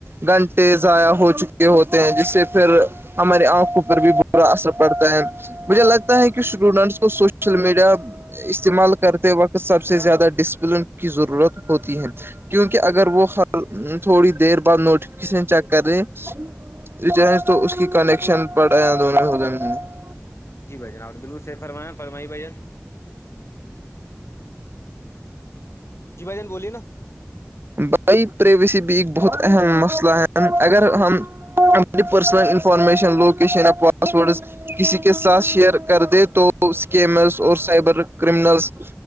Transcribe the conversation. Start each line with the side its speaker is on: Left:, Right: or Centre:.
Right: گھنٹے ضائع ہو چکے ہوتے ہیں جس سے پھر ہماری آنکھوں پر بھی برا اثر پڑتا ہے مجھے لگتا ہے کہ اسٹوڈنٹس کو سوشل میڈیا استعمال کرتے وقت سب سے زیادہ ڈسپلن کی ضرورت ہوتی ہے کیونکہ اگر وہ ہ تھوڑی دیر بعد نوٹیفکیشن چیک کر رہے ریچج تو اس کی کنیکشن پڑا یہاں دونوںودوں <unintelligible>
Left: جی بھائی جناب بکل سر فرما فمائی بھائیان جی بائی جن بولی نا
Right: بائ پرائیویسی بھی ایک بہت اہم مسئلہ ہے اگر ہم ہم پ پرسنل انفارمیشن لوکیشن ہے پاسوورڈس کسی کے ساتھ شیئر کر دے تو اسکیمرس اور سائبر کرمنلس